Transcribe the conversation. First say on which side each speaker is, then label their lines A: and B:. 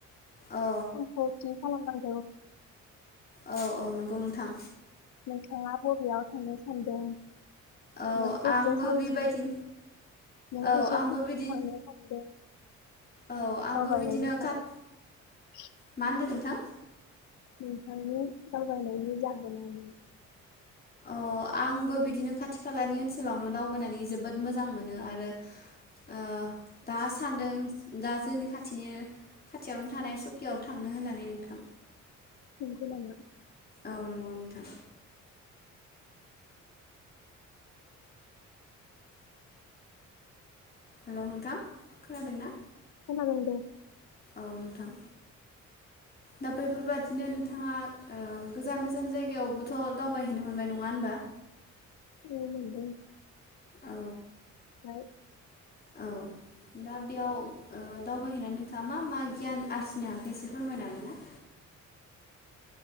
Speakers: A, on the left; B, on the left.
A: औ
B: उनखौ थि खालामनांगौ
A: औ औ नंगौ नोंथां।
B: नोंथाङा बबेयाव थांनो सानदों?
A: औ
B: नों बेसे
A: आंबो
B: <unintelligible> नों
A: बेबायदि औ
B: बेसे
A: आंबो
B: <unintelligible> सानदों
A: बिदिनो औ आंबो
B: दावबायनायनि
A: बिदिनो काट
B: <unintelligible>
A: मा होनदों नोंथां
B: नोंथांनि दावबायनायनि जाहोन <unintelligible>
A: अ आंबो बिदिनो खाथि खालानि ओनसोलावनो दावबायनानै जोबोद मोजां मोनो आरो ओ दा सान्दों दा जोंनि खाथिनि खाथियावनो थानाय सुकियाव थांनो होननानै नोंथां।
B: नंगौ नामा?
A: औ नंगौ नोंथां। हेलौ नोंथां खोनादोंना?
B: खोनादों दे।
A: औ नोंथां दा बेफोरबादिनो नोंथाङा ओ गोजान गोजान जायगायावबोथ' दावबायहैनो मोनबाय नङा होनबा?
B: औ मोनदों।
A: औ
B: <unintelligible>
A: औ दा बेयाव ओ दावबायहैनानै नोंथाङा मा मा गियान आरजिनो हाखो एसे फोरमायनो हागोन ना?